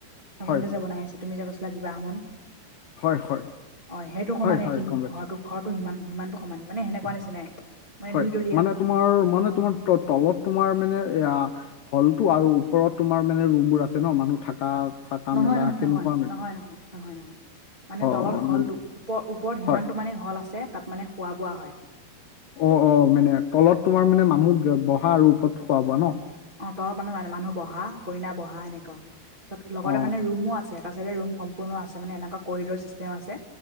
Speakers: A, on the right; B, on the left.
A: নতুনকে
B: হয়
A: যে বনাই আছে, তুমি যে কৈছিলা বিবাহ ভৱন।
B: হয় হয় হয়
A: অ', সেইটো সমানেই
B: হয় হয়
A: কিন্তু
B: গম পাইছো
A: ঘৰটো-ঘৰটো সিমান-সিমানতটো সমান, মানে সেনেকুৱা নিচিনাই। মানে
B: হয়,
A: দুইতলীয়া
B: মানে তোমাৰ মানে তোমাৰ ত-তলত তোমাৰ মানে এয়া হলটো আৰু ওপৰত তোমাৰ মানে ৰুমবোৰ আছে ন মানুহ থাকা। চাকা
A: নহয়,
B: মেলা
A: নহয়,
B: সেনেকুৱা
A: নহয়,
B: মানে
A: নহয়, নহয়। নহয় নহয়, মানে
B: অ
A: তলত
B: অ
A: হলটো
B: ন-
A: ওপ-ওপৰত সিমানটো
B: হয়
A: মানে হল আছে তাত মানে খোৱা-বোৱা হয়।
B: অ', অ', মানে তলত তোমাৰ মানে মানুহ বহা আৰু ওপৰত খোৱা-বোৱা ন।
A: অ', তলত মানে মানুহ মে মানুহ বহা কইনা বহা এনেকুৱা। তাৰছত লগতে
B: অ
A: মানে ৰুমো আছে, এটা চাইডে ৰুম সম্পূৰ্ণ আছে মানে এনেকুৱা কৰিডৰ চিষ্টেম আছে।